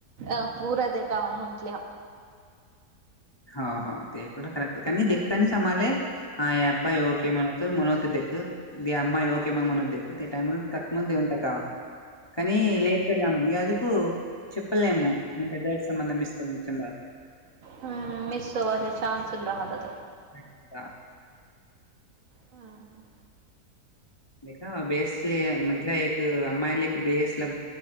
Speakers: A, on the right (about 60°); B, on the left (about 45°).
A: अ पूरदे कावा म्हंटल्या
B: हा हा तें खराब कार देखतानी समाालय हा अब्बाई ओके म मुनोत ते एक दे आम्मा होओके मग म्हणत ते टाइमला तक म देऊन टकावा काणी लट परला म्हनग अजक चपलेमु म्ह बदर्र संबंधम इतो मोचन रात
A: हम्म मिस होवाचे चा्सल राहतात
B: ह राहत
A: हा हा
B: देख बेसले म्हटलं एक अम्ईला एक बेस ला